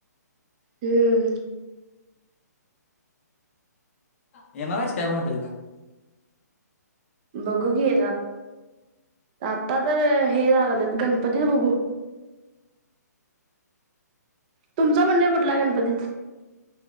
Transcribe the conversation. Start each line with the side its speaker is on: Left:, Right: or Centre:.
Right: हम्म
Left: येणार आहेस काय बहादुलला
Right: बघु घी आता तर हे लागलं गणपती बघू तुमचा मंडळ कुठला गणपती?